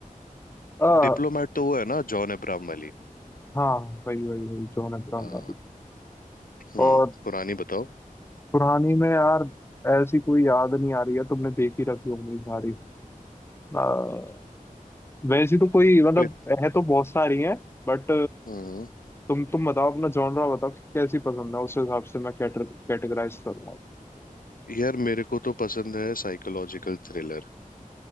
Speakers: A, on the left (about 15°); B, on the left (about 75°).
A: आ,
B: डिप्लोमेट तो वो है ना जॉन अब्राहम वाली
A: हाँ वही वही वही जॉन अब्राहम
B: हाँ
A: वाली
B: हम्म
A: और
B: पुरानी बताओ
A: पुरानी में यार ऐसी कोई याद नहीं आ रही है तुमने देख ही रखी होंगी सारी अ, वैसी तो कोई मतलब
B: फिर
A: है तो बहुत सारी हैं बट
B: हम्म
A: तुम तुम बताओ अपना जॉनरा बताओ कि कैसी पसंद है उस हिसाब से मैं कैटेगराइज करूंगा
B: यार मेरे को तो पसंद है साइकोलॉजिकल थ्रिलर